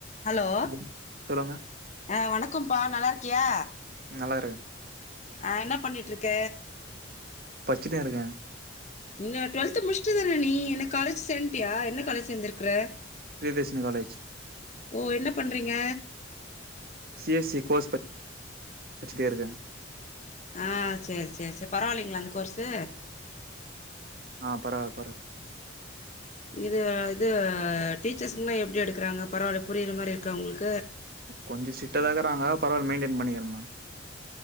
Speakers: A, on the left; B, on the right.
A: ஹலோ
B: ம் சொல்லுங்க
A: ஆ வணக்கம்ப்பா நல்லா இருக்கியா
B: நல்லா இருக்க
A: ஆ என்ன பண்ணிட்டிருக்க
B: பச்சிட்டே இருக்கே
A: என்ன டுவல்த் முடிச்சட்டுதானே நீ என காலேஜ் சேன்ட்டியா என்ன காலேஜ் சேந்திருக்குற
B: பிரியதர்சனி காலேஜ்
A: ஓ என்ன பண்றீங்க
B: சி எஸ் சி கோர்ஸ் ப பச்சிட்டே இருக்க
A: ஆ செரி செரி செரி பரவாயில்லேங்களா அந்த கோர்சு
B: ஆ பரவால பர
A: இது இது டீச்சர்ஸ்குனா எப்டி எடுக்கறாங்க பரவாயில்ல புரியிர மாரி இருக்க உங்களுக்
B: கொஞ்சோ சிட்டதா இக்கராங்க பரவால மெயின்டேன் பண்ணிக்கிற நா